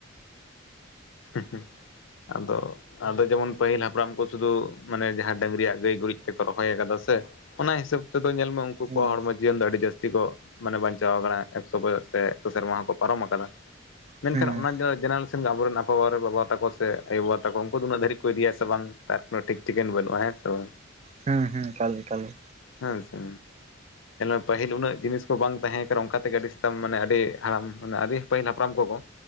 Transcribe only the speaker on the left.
ᱦᱩᱸ ᱦᱩᱸ ᱟᱫᱚ ᱟᱫᱚ ᱡᱮᱢᱚᱱ ᱯᱟᱹᱦᱤᱞ ᱦᱟᱯᱲᱟᱢ ᱠᱚ ᱥᱩᱫᱷᱩ ᱢᱟᱱᱮ ᱡᱟᱦᱟᱸ ᱰᱟᱹᱝᱨᱤᱭᱟ ᱜᱟᱹᱭ ᱜᱩᱨᱤᱡ ᱛᱮᱠᱚ ᱨᱚᱦᱚᱭ ᱠᱟᱫᱟ ᱥᱮ, ᱚᱱᱟ ᱦᱤᱥᱟᱹᱵ ᱛᱮᱫᱚ ᱧᱮᱞ ᱢᱮ ᱩᱱᱠᱩ
ᱠᱚᱣᱟᱜ ᱦᱚᱲᱢᱚ ᱡᱤᱭᱚᱱ ᱫᱚ ᱟᱹᱰᱤ ᱡᱟᱹᱥᱛᱤ ᱠᱚ ᱢᱟᱱᱮ ᱵᱟᱧᱪᱟᱣ ᱠᱟᱱᱟ ᱮᱠᱥᱚ ᱵᱚᱭᱚᱥ ᱥᱮ ᱮᱠᱥᱚ ᱥᱮᱨᱢᱟ ᱦᱚᱸᱠᱚ ᱯᱟᱨᱚᱢ ᱟᱠᱟᱫᱟ
ᱢᱮᱱᱠᱷᱟᱱ ᱚᱱᱟ
ᱫᱚ ᱪᱮᱱᱮᱞ <unintelligible> ᱨᱮᱱᱟᱢ ᱯᱟᱣᱟ ᱨᱮ ᱵᱟᱵᱟ ᱛᱟᱠᱚ ᱥᱮ ᱟᱭᱳ-ᱵᱟᱵᱟ ᱛᱟᱠᱚ ᱩᱱᱠᱩ ᱫᱚ ᱩᱱᱟᱹᱜ ᱫᱷᱟᱹᱨᱤᱡ ᱠᱚ ᱤᱫᱤᱭᱟ ᱥᱮ ᱵᱟᱝ, ᱛᱟᱨᱯᱚᱨᱮ ᱴᱷᱤᱠ ᱴᱷᱤᱠᱟᱹᱱ ᱵᱟᱹᱱᱩᱜ-ᱟ, ᱦᱮᱸ ᱥᱮ ᱵᱟᱝ?
ᱦᱮᱸ ᱥᱮ ᱯᱟᱹᱦᱤᱞ ᱩᱱᱟᱹᱜ ᱡᱤᱱᱤᱥ ᱠᱚ ᱵᱟᱝ ᱛᱟᱦᱮᱸ ᱠᱟᱱᱟ ᱚᱱᱠᱟ ᱛᱮᱜᱮ ᱟᱹᱰᱤ ᱟᱥᱛᱟᱢ ᱢᱟᱱᱮ ᱟᱹᱰᱤ ᱦᱟᱲᱟᱢ ᱢᱟᱱᱮ ᱟᱹᱰᱤ ᱯᱟᱹᱦᱤᱞ ᱦᱟᱯᱲᱟᱢ ᱠᱚᱠᱚ